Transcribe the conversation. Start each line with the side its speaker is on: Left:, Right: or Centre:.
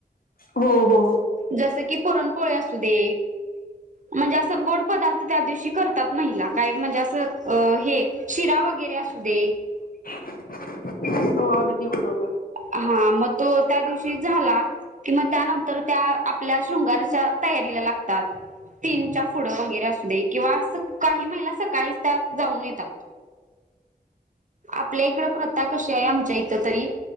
Left: हो हो
Right: जस की पुरणपोळी असू दे म्हणजे असं गोड पदार्थ त्या दिवशी करतात महिला काय म्हणजे असं हे शिरा वगैरे असू दे
Left: हो खे बर
Right: हा मग तो त्या दिवशी झाला किंवा त्यानंतर त्या आपल्या शृंगारच्या तयारीला लागतात तीनच्या फ पुढं वगैरे असू दे किंवा काही महिला सकाळीच त्या जाऊन येतात आपल्या इकड प्रथा कशी आहे आमच्या इथ तरी